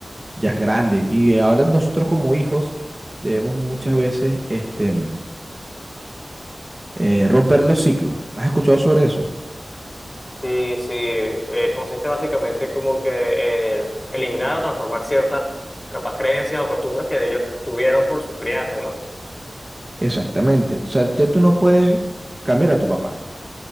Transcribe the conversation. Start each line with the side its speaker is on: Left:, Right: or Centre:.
Right: ya es grande. Y ahora nosotros como hijos debemos muchas veces este, eh, romper los ciclos. ¿Has escuchado sobre eso?
Left: Sí, sí. eh, consiste básicamente como que en eliminar o transformar ciertas capaz creencias o costumbres que ellos tuvieron por sus crianzas, ¿no?
Right: Exactamente. O sea, ya tú no puedes cambiar a tu papá.